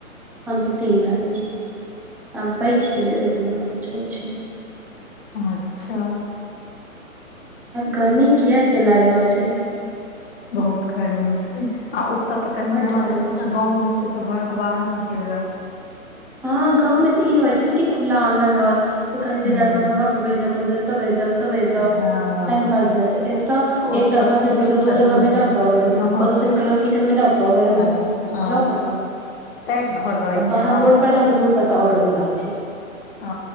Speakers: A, in the centre; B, on the left (about 40°).
A: हमसब तीन भाईबहिन छी, हमपैघ छियै ओ दुनू हमरँ छोट छै।
B: अच्छा।
A: गर्मी किया एते लागि रहल छै।
B: बहुत गर्मी छै, आ ओते तऽ कनि
A: बड्ड
B: हमरा
A: गर्मी
B: सबके
A: छै
B: त गाँव में छै। तऽ घर से बाहरो निकलि जाऊ।
A: हँ गाँवं तऽ ई रहै छै ने कि। खुला आंगन रहल त कनी
B: हूँ
A: देर जाके मड़बा पर बैस जाऊ कनि देर एत बैस जाऊ। तऽ बे जाउ
B: हँ
A: टाइम पास भऽ जा छै। एतऽ
B: ओतऽ
A: एकटा घर
B: तऽ
A: से
B: एकेटा
A: निकल क दोसर
B: रूम
A: घर मे जातो गर्मी,
B: हँ हँ
A: ओतोस निकल क किचन में जातो
B: हँ,
A: गर्मी।
B: ओ
A: जाउ कतऽ
B: तै घर रहै छै
A: बाहर
B: ने।
A: रोड पर जाउ तऽ रोड पर तऽ आर गर्मी लागै छै।
B: ओ